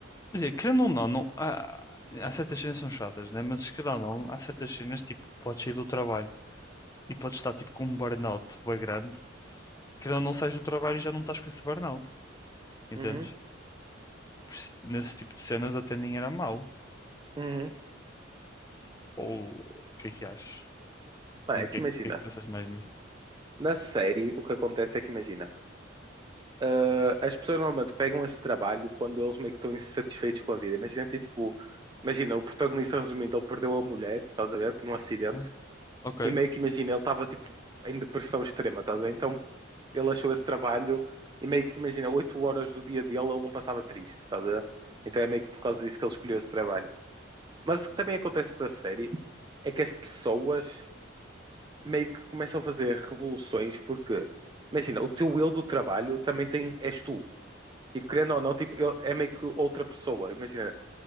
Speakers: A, on the left; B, on the right.
A: quer dizer, querendo ou não, não há, há certas cenas que são chatas, né? Mas, querendo ou não, há certas cenas, tipo, podes sair do trabalho e podes estar, tipo, com um burnout bué grande. Querendo ou não, sais do trabalho e já não estás com esse burnout. Entendes?
B: Uhum,
A: Por isso, Nesse tipo de cenas até nem era mau.
B: uhum.
A: Ou o que é que achas?
B: Pá,
A: Como
B: é que
A: que é,
B: imagina,
A: o que é que pensas mais nisso?
B: na série o que acontece é que imagina, ah, as pessoas normalmente pegam esse trabalho quando eles meio que estão insatisfeitos com a vida. Imagina tem tipo, imagina, o protagonista resumindo, ele perdeu a mulher, estás a ver, num acidente,
A: Ah, ok,
B: e meio que imagina, ele estava tipo em depressão extrema, estás a ver? Então ele achou esse trabalho e meio que imagina, oito horas do dia dele ele não passava triste, estás a ver? Então é meio que por causa disso que ele escolheu esse trabalho. Mas o que também acontece na série é que as pessoas meio que começam a fazer revoluções porque, imagina, o teu eu do trabalho também tem, és tu. Tipo, querendo ou não, tipo, ele é meio que outra pessoa. Imagina,